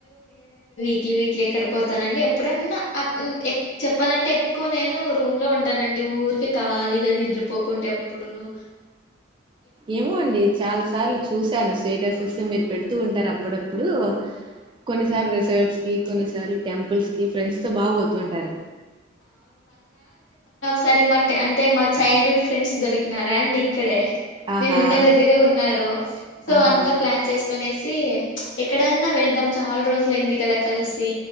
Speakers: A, on the left; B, on the right.
A: వీక్లి వీక్లి ఎక్కడ పోతానండి. ఎప్పుడన్నా అం ఎక్ చెప్పాలంటే ఎక్కువ నేను రూమ్ లో ఉంటానండి. ఊరికె ఖాళీగా నిద్రపోకుంట ఎప్పుడునూ
B: ఏమో అండి చాలా సార్లు చూసాను స్టేటస్ ఇస్తే మీరు పెడుతూ ఉంటారు. అప్ ప్పుడప్పుడు కొన్నిసార్ రిసార్ట్స్ కి కొన్నిసార్లు టెంపుల్స్ కి ఫ్రెండ్స్ తో బాగా పోతుంటారు.
A: సరే మా టెంట్ అంటే మా చైల్డ్హుడ్ ఫ్రెండ్స్ దొరికినారా అండి ఇక్కడే
B: ఆహా
A: నేను ఉండే దగ్గరే ఉన్నారు. సో
B: ఆహా
A: అంతా ప్లాన్ చేస్ కనేసి ఎక్కడన్నా వెళ్దాం చాలా రోజులయింది కదా కలిసి